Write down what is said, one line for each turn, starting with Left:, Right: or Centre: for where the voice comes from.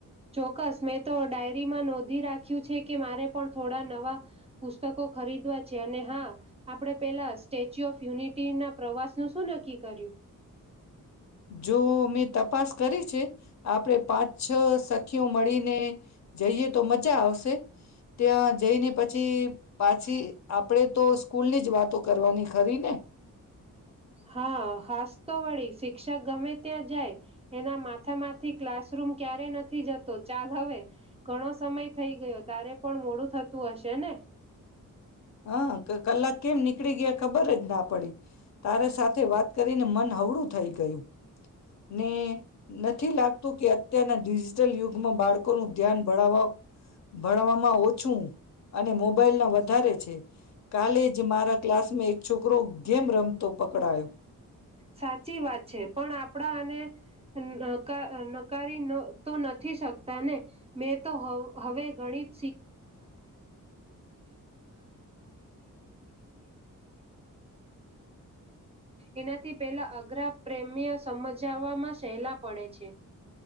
Right: ચોક્કસ મેં તો ડાયરીમાં નોંધી રાખ્યું છે કે મારે પણ થોડા નવા પુસ્તકો ખરીદવા છે અને હા આપણે પહેલા સ્ટેચ્યુ ઓફ યુનિટીના પ્રવાસનું શું નક્કી કર્યું?
Left: જો મે તપાસ કરી છે આપણેે પાંચ છ સખીઓ મળીને જઈએ તો મજા આવશે ત્યાં જઈને પછી પાછી આપડે તો સ્કૂલ ની જ વાતો કરવાની. ખરી ને.
Right: હા હાસ તો વળી શિક્ષક ગમે ત્યાં જાય એના માથામાંથી ક્લાસરૂમ ક્યારે નથી જતો ચાલ હવે ઘણો સમય થઈ ગયો તારે પણ મોડું થતું હશે ને.
Left: હા કલાક કેમ નીકળી ગયા ખબર જ ના પડી તારેા સાથે વાત કરીને મન હવડું થઈ ગયું. ને નથી લાગતું કે અત્યારના ડિજિટલ યુગ માં બાળકો નું ધ્યાન ભણાવવા ભણવામાં ઓછું અને મોબાઈલ ના વધારે. કાલેજ મારા ક્લાસમાં એક છોકરો ગેમ રમતો પકડાયો.
Right: સાચી વાત છે. પણ આપણા અને નકા નકારી તો નથી શકતા ને. મેં તો હવ-હવે ગણિત એનાથી પેલા અઘરા પ્રેમ્ય સમજાવવામાં સહેલા પડે છે.